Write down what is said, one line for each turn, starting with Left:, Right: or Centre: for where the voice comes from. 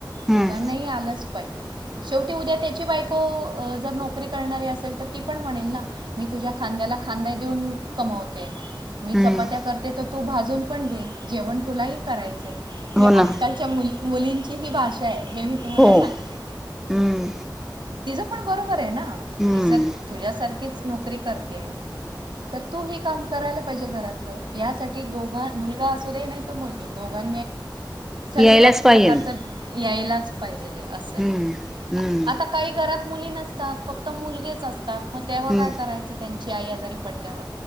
Centre: हम्म
Right: दोघांनाही आलंच पाहिजे शेवटी उद्या त्याची बायको जर नोकरी करणारी असेल तर ती पण म्हणेल ना मी तुझ्या खांद्याला खांदा देऊन कमवते मी
Centre: हम्म
Right: चपात्या करते तू भाजून पण घे जेवण तुलाही करायचंय ही
Centre: हो
Right: आजकालच्या
Centre: ना
Right: मुली मुलींची खुप की ही भाषा आहे, हे मी तुम्हाला
Centre: हो
Right: सांगते.
Centre: हम्म
Right: तिच पण बरोबर आहे ना
Centre: हम्म
Right: ती जर तुझ्यासारखीच नोकरी कर ते तर तू ह काम करायला पाहिजे घरातलं यासाठी दोघ मुलगा असू दे नाही तर मुलगी दोघां
Centre: <inaudible>
Right: सर्वच
Centre: यायलाच पाहिजेल
Right: प्रकारचा यायलाच पाहिजे. असं आहे
Centre: हम्म हम्म
Right: आता काही घरात मुली नसतात फक्त मुलगेच असतात मग तेव्हा
Centre: हम्म
Right: काय करायचं त्यांची आई आजारी पडल्यावर?